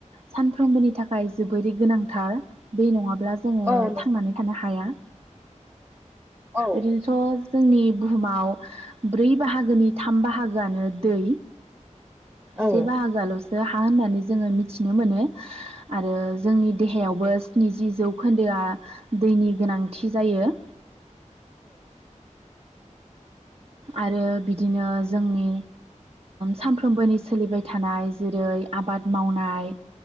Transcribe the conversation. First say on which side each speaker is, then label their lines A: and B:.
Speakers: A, on the right; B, on the right.
A: सानफ्रोमबोनि थाखाय जोबोरै गोनांथार दै नङाब्ला। अब्ला जोङो
B: औ नोंथां
A: थांनानै थानो हाया।
B: औ
A: ओरैनोथ' जोंनि बुहुमाव ब्रै बाहागोनि थाम बाहागोआनो दै
B: औ
A: से बाहागाल'सो हा होननानै जोङो मिथिनो मोनो आरो जोंनि देहायावबो स्निजि जौखोन्दोआ दैनि गोनांथि जायो। आरो बिदिनो जोंनि सानफ्रोमबोनि सोलिबाय थानाय जेरै आबाद मावनाय